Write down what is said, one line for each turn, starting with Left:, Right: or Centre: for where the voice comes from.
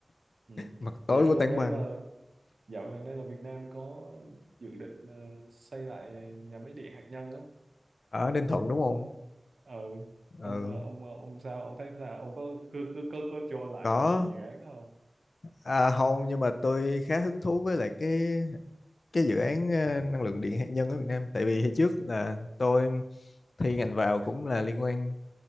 Right: Ừ.
Left: mặt tối
Right: dạo
Left: của tảng
Right: gần đây
Left: băng
Right: là dạo gần đây là Việt Nam có dự định ờ, xây lại nhà máy điện hạt nhân đó
Left: ở Ninh Thuận
Right: ông
Left: đúng không
Right: ờ, ờ,
Left: ừ
Right: ông ờ, ông ờ, ông sao ông thấy sao ông có cứ cứ có, có, cho lại
Left: có
Right: ờ, dự án đó không
Left: à, không nhưng mà tôi khá hứng thú với lại cái cái dự án ờ, năng lượng điện hạt nhân ở Việt Nam tại vì hồi trước là tôi thi ngành vào cũng là liên quan